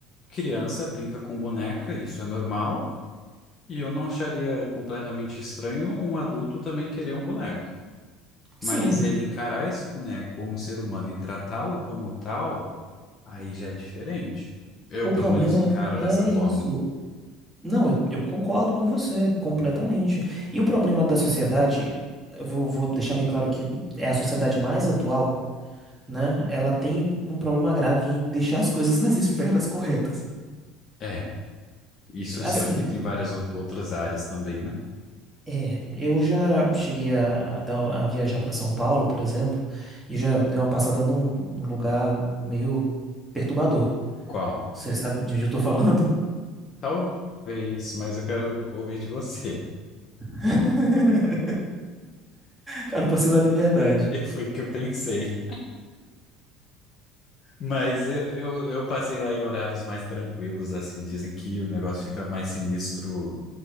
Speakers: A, on the left; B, in the centre.
A: criança brinca com boneca, isso é normal. E eu não acharia completamente estranho um adulto também querer um boneco.
B: Sim.
A: Mas ele encarar esse boneco como um ser humano e tratá-lo como tal, aí já é diferente. Eu,
B: O
A: pelo
B: problema
A: menos, encaro
B: é
A: dessa forma.
B: isso. Não, eu, eu concordo com você completamente. E o problema da sociedade, eu vou, vou deixar bem claro que é a sociedade mais atual. né? Ela tem um problema grave em deixar as coisas <laughs> nas esferas corretas.
A: É, isso
B: Assim,
A: se aplica em várias ou- outras áreas também, né?
B: é, eu já cheguei a, a dar- a viajar para São Paulo, por exemplo, e já dei uma passada num, num lugar meio perturbador.
A: Qual?
B: Você sabe de onde eu tô falando?
A: Talvez, mas eu quero ouvir de você.
B: <laughs> Cara, eu passei na Liberdade.
A: <laughs> Foi o que eu pensei. Mas eu, eu, eu passei lá em horários mais tranquilos, assim. Dizem que o negócio fica mais sinistro